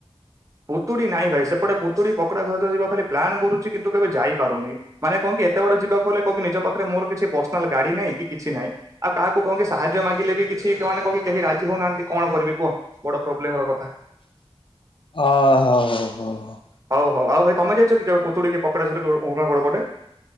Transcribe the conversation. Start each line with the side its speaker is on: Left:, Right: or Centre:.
Right: ପୁତୁଡ଼ି ନାଇଁ ଭାଇ ସେପଟେ ପୁତୁଡ଼ି ପକଡା ଖଚ ଯିବା ଖାଲି ପ୍ଲାନ୍ କରୁଛି କିନ୍ତୁ କେବେ ଯାଇ ପାରୁନି ମାନେ କଣକି ଏତେ ବାଟ ଯିବାକୁ ହେଲେ କଣକି ନିଜ ପାଖରେ ମୋର କିଛି ପର୍ସନାଲ ଗାଡି ନାଇଁ କି କିଛି ନାହିଁ। ଆଉ କାହାକୁ କକିି ସାହାଯ୍ୟ ମାଗିଲେ ବି କିଛି ସେମାନେ କହ କେହି ରାଜି ହଉନାହାନ୍ତି। କଣ କରିବି କୁହ ବଡ଼ ପ୍ରୋବ୍ଲେମର କଥା।
Left: ଆ ହୋ ହୋଉ ହୋଉ ହୋଉ
Right: ହଉ ହଉ ଆଉ ଭାଇ ତମେ ଯାଇଛ ପୁତୁିକ କି ପକଡେ ଝର <inaudible> ପଟେ